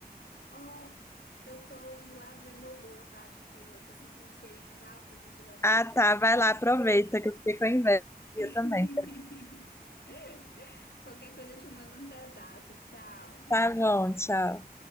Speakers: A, on the left (about 80°); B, on the left (about 15°).
A: Ó, eu tô indo lá ver meu bolo, tá? Acho que eu tô sentindo o cheirinho já. Vou desligar o fogo.
B: Ah,
A: pra
B: tá,
A: você.
B: vai lá, aproveita que eu fiquei com a inveja
A: <laughs>
B: também.
A: Qualquer coisa eu te mando um pedaço. Tchau.
B: Tá bom, tchau.